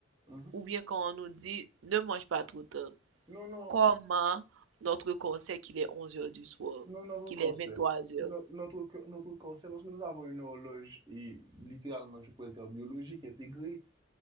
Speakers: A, on the right; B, on the right.
A: Mhm.
B: Ou bien quand on nous dit ne mange pas trop tard,
A: Non, non,
B: comment notre corps sait qu'il est 11 heures du soir,
A: non, notre
B: qu'il
A: corps
B: est 23
A: sait.
B: heures?
A: No- notre, co- notre corps parce que nous avons une horloge et littéralement, je pourrais dire biologique intégrée.